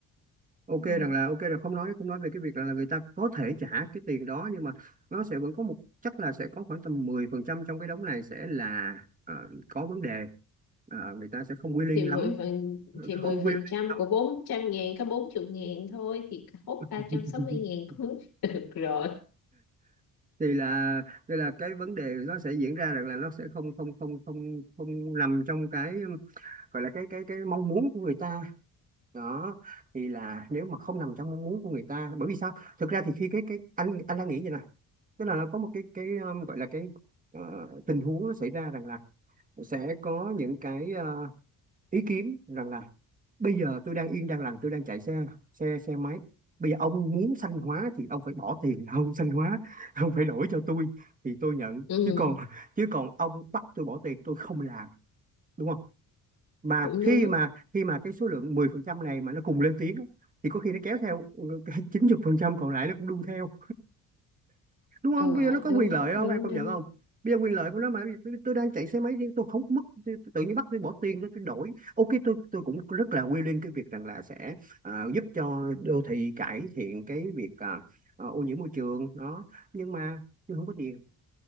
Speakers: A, on the right; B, on the left.
A: ok
B: ừ.
A: rằng là ok là không nói không nói về cái việc rằng là người ta có thể trả cái tiền đó nhưng mà nó sẽ vẫn có một chắc là sẽ có khoảng tầm 10% trong cái đống này sẽ là ờ, có vấn đề Ờ, người ta sẽ không willing
B: thì
A: lắm
B: 10 phần thì
A: không
B: 10
A: willing
B: phần trăm
A: lắm
B: của bốn trăm ngàn có bốn chục ngàn thôi thì hốt ba
A: <laughs>
B: trăm sáu mươi ngàn cũng <laughs> được rồi
A: thì là thì là cái vấn đề nó sẽ diễn ra rằng là nó sẽ không không không không không nằm trong cái gọi là cái cái cái mong muốn của người ta đó thì là nếu mà không nằm trong mong muốn của người ta bởi vì sao thực ra thì khi cái cái anh anh đang nghĩ vậy nè tức là nó có một cái cái um, gọi là cái ờ, tình huống nó xảy ra rằng là sẽ có những cái ờ, ý kiến rằng là bây giờ tôi đang yên đang lành tôi đang chạy xe xe xe máy bây giờ ông muốn xanh hóa thì ông phải bỏ tiền ông xanh hóa <laughs> ông phải đổi cho tôi thì tôi nhận
B: ừ,
A: chứ còn chứ còn ông bắt tôi bỏ tiền tôi không làm đúng không mà
B: cũng
A: khi
B: đúng
A: mà khi mà cái số lượng 10% này mà nó cùng lên tiếng á, thì có khi nó kéo theo ừ, cái trăm còn lại nó cũng đu theo đúng
B: ờ
A: không bây giờ nó có
B: đúng
A: quyền lợi không
B: đúng
A: em công
B: đúng
A: nhận không bây giờ quyền lợi của nó mà tôi, tôi đang chạy xe máy riêng tôi không mất tôi, tôi tự nhiên bắt tôi bỏ tiền tôi, tôi đổi ok tôi tôi cũng rất là quy lên cái việc rằng là sẽ à, giúp cho đô thị cải thiện cái việc à, à, ô nhiễm môi trường đó nhưng mà tôi không có tiền